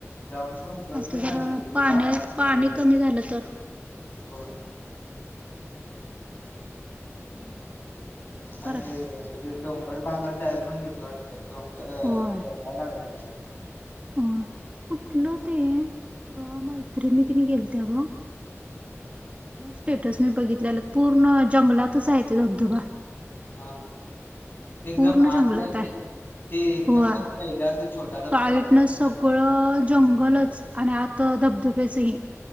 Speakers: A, on the left; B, on the right.
A: जाऊन पण उपयोग
B: आता
A: पण नाही
B: जरा
A: आणखी
B: पाण्या
A: कामात बिझी
B: पाणी
A: आहेत
B: कमी झालं तर.
A: होय.
B: <unintelligible> काय करायच
A: आणि <unintelligible> ते डोंगर भागात जायला पण भीती वाटते डोंगर
B: होय
A: लागल्यात. आता
B: अ कुठलं ते अ मैत्रिणी तिने गेल त्या ग. स्टेटस मी बघितलेलं पूर्ण जंगलातच आहे ते धबधबा.
A: हा एकदम
B: पूर्ण
A: आतल्या
B: जंगलात
A: ते.
B: आहे.
A: ते एकदम
B: होय.
A: त्या पहिला अस छोटा धबधबा
B: साईडनं
A: <unintelligible>
B: सगळं
A: नंतर न मोठया.
B: जंगलच आणि आत धबधब्याचं हे.